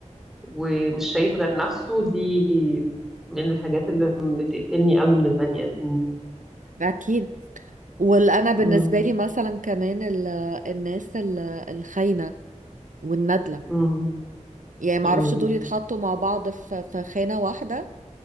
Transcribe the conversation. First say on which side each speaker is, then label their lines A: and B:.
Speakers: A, in the centre; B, on the right.
A: ومش شايف غير نفسه دي من الحاجات اللي بتقفلني قوي من البني آدمين
B: اكيد وانا
A: مم.
B: بالنسبه لي مثلا كمان ال- الناس ال- الخاينه والندله
A: مم.
B: يعني ما
A: مم.
B: اعرفش دول يتحطوا مع بعض في في خانه واحده